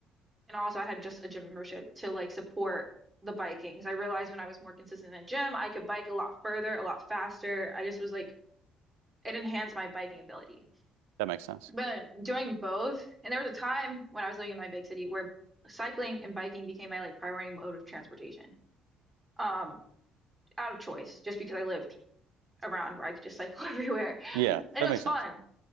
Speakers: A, on the right; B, on the right.
A: and also I had just a gym membership to like support the biking 'Cause I realized when I was more consistent in the gym, I could bike a lot further, a lot faster. I just was like it enhanced my biking ability.
B: That makes sense.
A: But doing both, and there was a time when I was living in my big city where cycling and biking became my like primary mode of transportation, um, out of choice, just because I lived around where I could just cycle <laughs> everywhere.
B: Yeah,
A: And it
B: that
A: was
B: makes
A: fun.
B: sense.